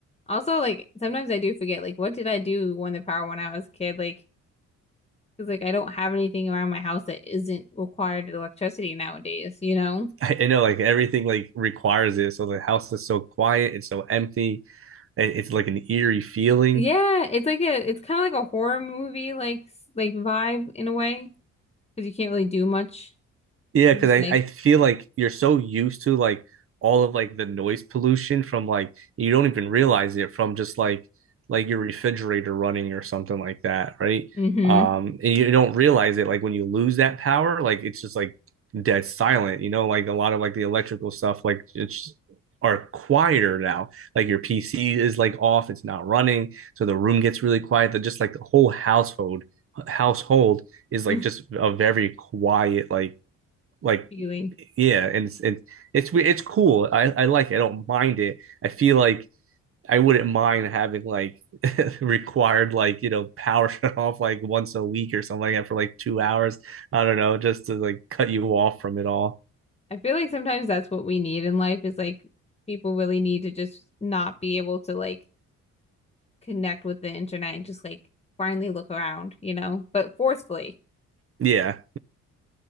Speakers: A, on the left (about 20°); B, on the right (about 45°).
A: Also, like sometimes I do forget like what did I do when the power went out as a kid? Like Because like I don't have anything around my house that isn't required electricity nowadays, you know?
B: I, I know like everything like requires it so the house is so quiet it's so empty It's like an eerie feeling.
A: Yeah, it's like a it's kind of like a horror movie like s- like vibe in a way because you can't really do much.
B: Yeah,
A: You're
B: because
A: just
B: I,
A: like,
B: I feel like you're so used to like all of like the noise pollution from like you don't even realize it from just like like your refrigerator running or something like that, right?
A: mm-hmm,
B: Um, and you don't realize it like when you lose that power, like it's just like dead silent, you know, like a lot of like the electrical stuff, like it's are quieter now. Like your PC is like off, it's not running, so the room gets really quiet. That just like the whole household household is like
A: <laughs>
B: just a very quiet like like
A: feeling.
B: yeah and it's and it's it's cool i i like it. i don't mind it i feel like i wouldn't mind having like <laughs> required like you know power <laughs> shut off like once a week or something like that for like two hours i don't know just to like cut you off from it all
A: I feel like sometimes that's what we need in life is like people really need to just not be able to like connect with the internet and just like blindly look around, you know, but forcefully.
B: yeah